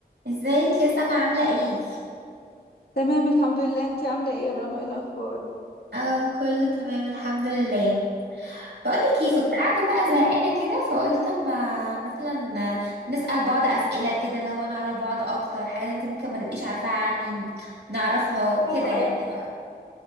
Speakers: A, on the right; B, on the left.
A: ازيك يا سما عاملة ايه؟
B: تمام الحمد لله انتي عاملة ايه يا رنا ايه الأخبار
A: اه كله تمام الحمد لله بقولك ايه كنت قاعدة بقى زهقانة كده فقلت اما مثلا نسأل بعض اسئلة كده لو نعرف بعض اكتر حاجات انت ممكن ما تبقيش عارفاها عني نعرفها كده
B: حلو
A: يعني
B: قوي
A: ايه رأيك؟